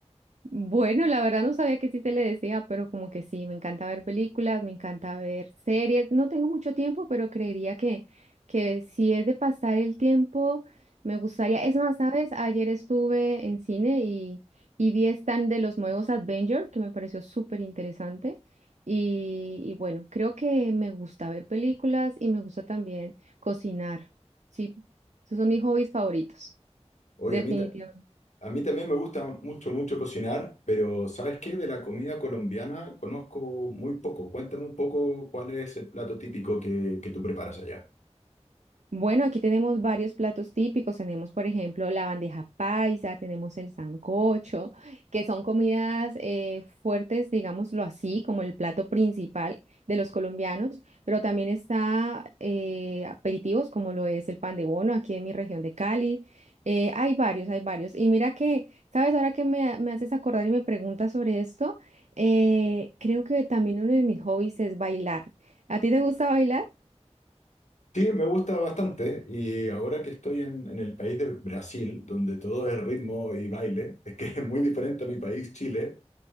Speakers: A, on the right; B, on the left.
A: Bueno, la verdad no sabía que sí se le decía, pero como que sí, me encanta ver películas, me encanta ver series. No tengo mucho tiempo, pero creería que, que si es de pasar el tiempo, me gustaría. Es más, ¿sabes? Ayer estuve en cine y, y vi stand de los nuevos Avengers, que me pareció súper interesante. Y, y bueno, creo que me gusta ver películas y me gusta también cocinar. Sí, esos son mis hobbies favoritos,
B: Oye,
A: definitivamente.
B: a mí, ta- a mí también me gusta mucho, mucho cocinar, pero ¿sabes qué? De la comida colombiana conozco muy poco. Cuéntame un poco cuál es el plato típico que, que tú preparas allá.
A: Bueno, aquí tenemos varios platos típicos. Tenemos, por ejemplo, la bandeja paisa, tenemos el sancocho, que son comidas eh, fuertes, digámoslo así, como el plato principal de los colombianos, pero también está eh, aperitivos, como lo es el pan de bono aquí en mi región de Cali. Eh, hay varios, hay varios. Y mira que, ¿sabes? Ahora que me, me haces acordar y me preguntas sobre esto, eh, creo que también uno de mis hobbies es bailar. ¿A ti te gusta bailar?
B: Sí, me gusta bastante y ahora que estoy en, en el país de Brasil, donde todo es ritmo y baile, es que <laughs> es muy diferente a mi país, Chile.